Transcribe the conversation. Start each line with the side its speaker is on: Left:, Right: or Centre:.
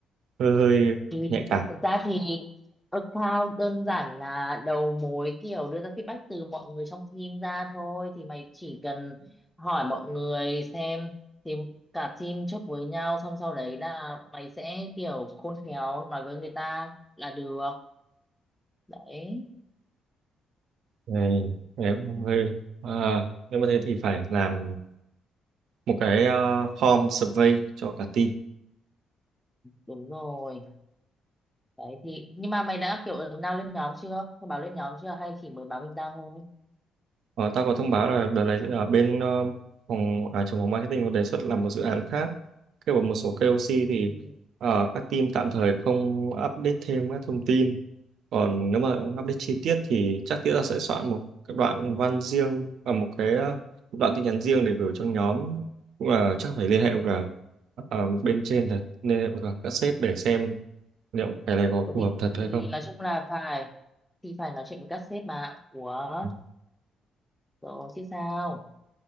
Right: hơi hơi
Centre: thì
Right: nhạy cảm
Centre: thực ra thì account đơn giản là đầu mối kiểu đưa ra feedback từ mọi người trong team ra thôi thì mày chỉ cần hỏi mọi người xem thì cả team chốt với nhau xong sau đấy là mày sẽ kiểu khôn khéo nói với người ta là được đấy
Right: này, đấy, hơi à, nếu mà thế thì phải làm một cái ờ, form survey cho cả team.
Centre: đúng rồi đấy thì nhưng mà mày đã kiểu ứng nào lên nhóm chưa thông báo lên nhóm chưa hay chỉ mới báo mình ra thôi
Right: Ờ, tao có thông báo là đợt này ở bên ờ, phòng à, trưởng phòng marketing có đề xuất làm một dự án khác kêu bằng một số KOC thì
Centre: ừ.
Right: ờ, các team tạm thời không update thêm các thông tin còn nếu mà update chi tiết thì chắc tiết là sẽ soạn một cái đoạn văn riêng và một cái ờ, đoạn tin nhắn riêng để gửi cho nhóm cũng là chắc phải liên hệ với cả ờ, bên trên thật liên hệ với cả các sếp để xem liệu cái này có
Centre: Ủa
Right: phù
Centre: thì,
Right: hợp thật hay
Centre: thì
Right: không
Centre: nói chung là phải thì phải nói chuyện với các sếp mà ủa
Right: Ờ,
Centre: Rồi chứ sao.